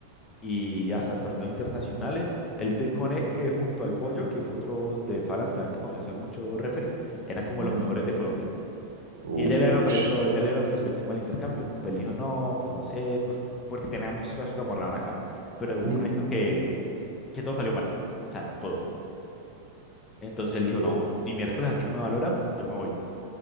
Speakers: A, on the left; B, on the right.
A: y hasta torneos internacionales. El de Cone eh, eh, junto al Pollo, que fue otro de Falas también que comenzó a hacer mucho referee, eran como
B: Ujú.
A: los mejores de Colombia.
B: Ush.
A: Y ella le han ofrecido, ya le han ofrecido el tema del intercambio. Pues él dijo, no, pues no sé, pues, porque tenía muchas cosas que lo amarraban acá. Pero hubo
B: Mm,
A: un año que, que todo salió mal. O sea, todo. Entonces él dijo,
B: ush.
A: no, ni miércoles aquí no me valoran, yo me voy.